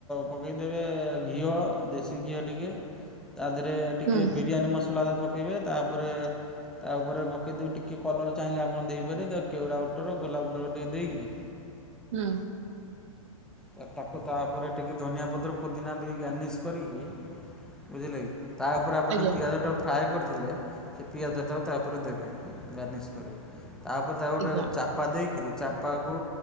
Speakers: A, in the centre; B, on the right (about 55°).
A: ପକେଇ ଦେବେ ଘିଅ ଦେ ଘିଅ ଟିକେ ତା ଦେହରେ ଟିକେ
B: ହୁଁ
A: ବିରିୟାନୀ ମସଲା ପକେଇବେ ତାପରେ ତା ଉପରେ ପକାଇଦେବି ଟିକିେ କଲର୍ ଚାହିଁଲେ ଆପଣ ଦେଇପାରିବେ କେଉରା ଉଟର ଗୋଲାପ ଜଳ ଟିକେ ଦେଇକି
B: ହୁଁ।
A: ତା ତାକୁ ତାପରେ ଟିକିେ ଧନିଆ ପତ୍ର ପୁଦିନା ଦେଇ ଗାର୍ନିସ୍ କରିକି ବୁଝିଲେ କି ତା ଉପରେ ଆପଣ
B: ଆଜ୍ଞା
A: ଯଉ ପିଆଜ ଟା ଫ୍ରାଏ କରିଥିଲେ ସେ ପିଆଜ ଟାକୁ ତାପରେ ଦେବେ ଗାର୍ନିସ୍ କରି ତାପରେ ତାକୁ
B: ଆଜ୍ଞା
A: ଗୋଟେ ଚାପା ଦେଇକିରି ଚାପାକୁ